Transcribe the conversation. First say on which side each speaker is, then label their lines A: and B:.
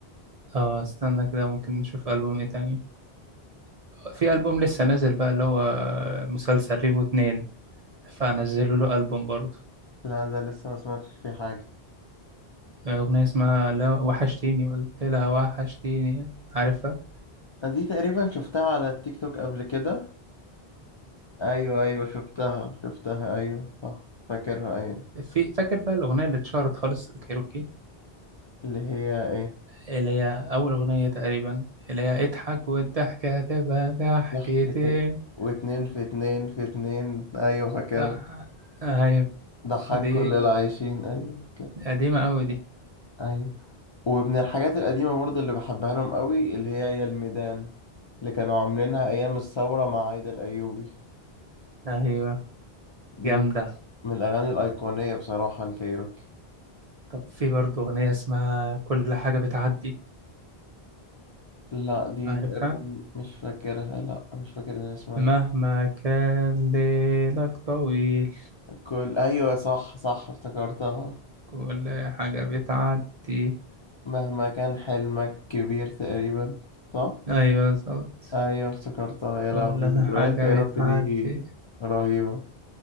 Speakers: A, on the right; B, on the left.
A: اه استنى كده ممكن نشوف ألبوم ايه تاني في ألبوم لسه نازل بقى اللي هو مسلسل ريفو اتنين فنزلوا له ألبوم برضو
B: لا ده لسه ما سمعتش فيه حاجة
A: آه، أغنية اسمها لا وحشتيني قلت لها وحشتيني عارفها؟
B: دي تقريبا شفتها على التيك توك قبل كده ايوه ايوه شفتها شفتها ايوه صح فاكرها ايوه
A: في فاكر بقى الأغنية اللي اتشهرت خالص الكايروكي
B: اللي هي ايه
A: اللي هي أول أغنية تقريبا اللي هي اضحك والضحكة هتبقى ضحكتين
B: ضحكة واتنين في اتنين في اتنين ايوه فاكرها
A: لا أيوة
B: ضحك
A: دي
B: كل العايشين ايوه كده
A: قديمة أوي دي
B: ايوه ومن الحاجات القديمة برضو اللي بحبها لهم قوي اللي هي يا الميدان اللي كانوا عاملينها ايام الثورة مع عايدة الايوبي
A: أيوة
B: دي
A: جامدة
B: من الاغاني الايقونية بصراحة الكايروكي
A: طب في برضه أغنية اسمها كل حاجة بتعدي
B: لا دي
A: عارفها
B: تقريبا مش فاكرها لا مش فاكر ان انا سمعت
A: مهما كان ليلك طويل
B: كل أيوة صح صح افتكرتها
A: كل حاجة بتعدي
B: مهما كان حلمك كبير تقريبا صح
A: أيوة بالظبط
B: أيوة افتكرتها يا
A: كل
B: لهوي ذكريات
A: حاجة
B: كايروكي
A: بتعدي
B: دي رهيبة